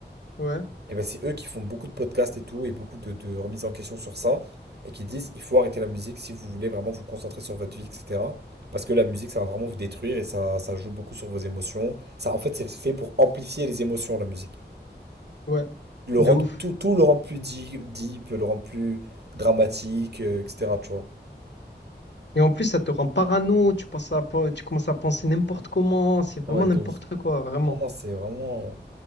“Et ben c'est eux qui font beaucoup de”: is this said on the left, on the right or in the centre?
Right